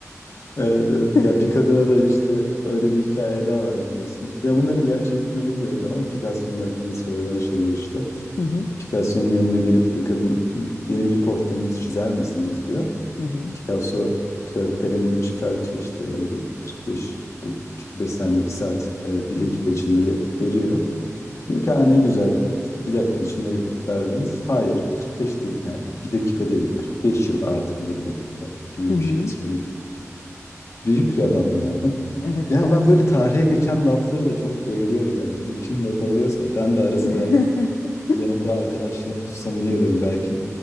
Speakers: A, on the left; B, on the left.
A: Evet, evet.
B: Hı
A: Ya bir kadına da işte öyle bir hikaye daha var biliyorsun. Ya bunların gerçekliğini bilmiyorum ama Picasso'nun hakkında söylenen şeyler işte.
B: hı.
A: Picasso'nun yanına gelip bir kadın benim bir portremi çizer misiniz diyor.
B: Hı hı.
A: Picasso kağıt kalemini çıkartıyor işte böyle bir 45 dak- 45 saniye bir saat e, bir
B: Hı
A: dakika
B: hı.
A: içinde yapıp veriyor. Diyor ki ha ne güzel işte bir dakika içinde yapıp verdiniz. Hayır 45 dak yani bir dakika değil 45 yıl artı bir dakika gibi
B: Hı hı.
A: bir şey söylüyor. Büyük bir adamla ya. <laughs>
B: Evet
A: Ya
B: gerçekten.
A: ben böyle tarihe geçen lafları da çok bayılıyorum yani. Bunu kim not alıyorsa ben de ara sıra
B: <laughs>
A: yanımda arkadaşlarım tutsam iyi ederim. Belki